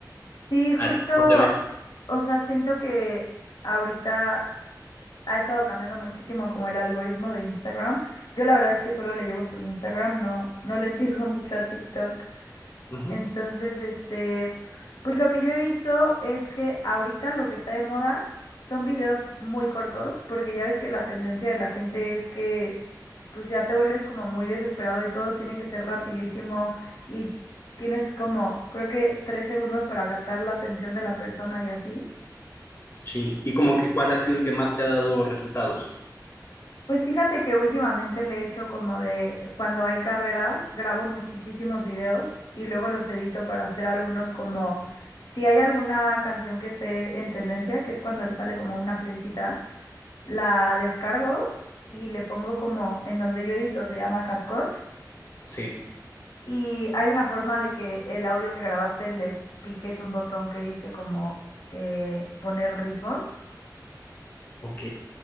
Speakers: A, on the left (about 75°); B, on the left (about 35°).
A: Sí, justo,
B: ¿A ti cómo te va?
A: o sea, siento que ahorita ha estado cambiando muchísimo como el algoritmo de Instagram. Yo la verdad es que solo le llevo su Instagram, no, no le entiendo mucho a TikTok.
B: Ujú.
A: Entonces, este, pues lo que yo he visto es que ahorita lo que está de moda son videos muy cortos, porque ya ves que la tendencia de la gente es que pues ya te vuelves como muy desesperado y todo tiene que ser rapidísimo y tienes como, creo que tres segundos para captar la atención de la persona y así.
B: Sí, y como que cuál ha sido el que más te ha dado resultados.
A: Pues fíjate que últimamente le he hecho como de cuando hay carreras, grabo muchísimos videos y luego los edito para hacer algunos como si hay alguna canción que esté en tendencia, que es cuando le sale como una flechita, la descargo y le pongo como en donde yo edito, se llama CapCut
B: Sí,
A: y hay una forma de que el audio que grabaste le piques un botón que dice como eh, poner ritmos
B: ok.